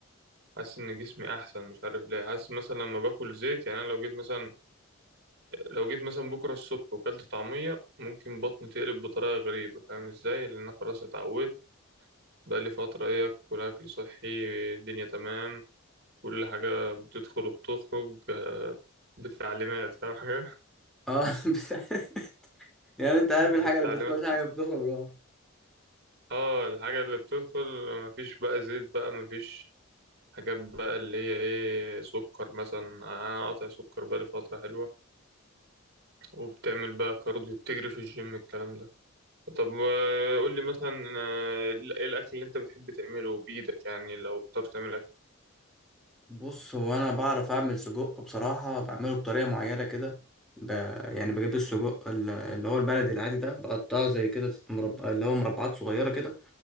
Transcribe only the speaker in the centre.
اه <laughs> بس- يعني انت عارف
الحاجة اللي بتخش حاجة بتخرج اه
بص هو انا بعرف اعمل سجق بصراحة بعمله بطريقة معينة كده ب... يعني بجيب السجق ال- اللي هو البلدي العادي ده بقطعه زي كده مرب... اللي هو مربعات صغيرة كده